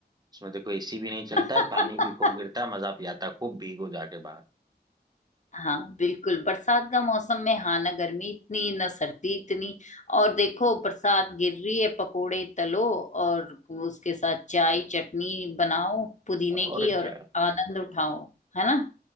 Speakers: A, on the right (about 25°); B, on the left (about 45°).
A: उसमें देखो एसी भी नहीं चलता
B: <laughs>
A: है पानी भी खूब गिरता है मजा भी आता है खूब भीगो जाके बाहर
B: हाँ बिल्कुल बरसात का मौसम में हाँ ना गर्मी इतनी ना सर्दी इतनी और देखो बरसात गिर रही है पकोड़े तलो और उसके साथ चाय चटनी बनाओ पुदीने
A: और
B: की और
A: क्या
B: आनंद उठाओ है ना